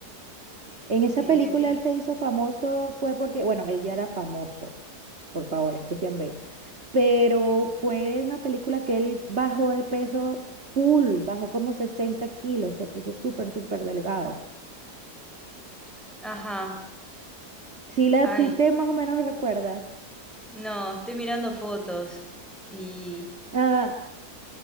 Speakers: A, on the right (about 45°); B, in the centre.
A: En esa
B: eh,
A: película
B: ¿de qué
A: él
B: es?
A: se hizo famoso fue porque, bueno, él ya era famoso, por favor, es Christian Bale, pero fue una película que él bajó de peso full, bajó como 60 kilos, se puso súper, súper delgado.
B: Ajá.
A: Si la,
B: Ay.
A: si te más o menos recuerdas.
B: No, estoy mirando fotos. Y.
A: Ah,